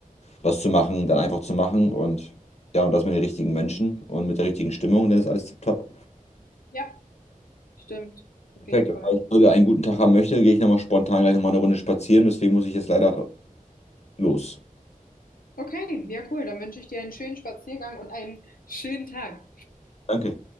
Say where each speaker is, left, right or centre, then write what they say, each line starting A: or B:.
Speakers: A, on the left; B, on the left.
A: was zu machen, dann einfach zu machen und ja, und das mit den richtigen Menschen und mit der richtigen Stimmung, dann ist alles tipptopp.
B: Ja, stimmt. Auf
A: Perfekt.
B: jeden Fall.
A: Falls ich heute einen guten Tag haben möchte, gehe ich nochmal spontan gleich nochmal eine Runde spazieren, deswegen muss ich jetzt leider los.
B: Okay, ja cool. Dann wünsche ich dir einen schönen Spaziergang und einen schönen Tag.
A: Danke.